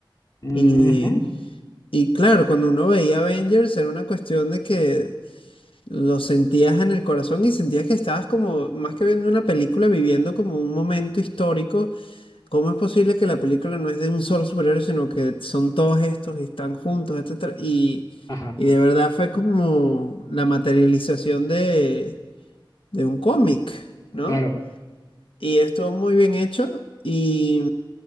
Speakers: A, on the left; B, on the left.
A: ujú,
B: Y, y claro, cuando uno veía Avengers era una cuestión de que lo sentías en el corazón y sentías que estabas como, más que viendo una película, viviendo como un momento histórico ¿Cómo es posible que la película no es de un solo superhéroe, sino que son todos estos y están juntos, etcétera? Y,
A: Ajá,
B: y de verdad fue como la materialización de, de un cómic, ¿no?
A: claro.
B: Y estuvo muy bien hecho. Y,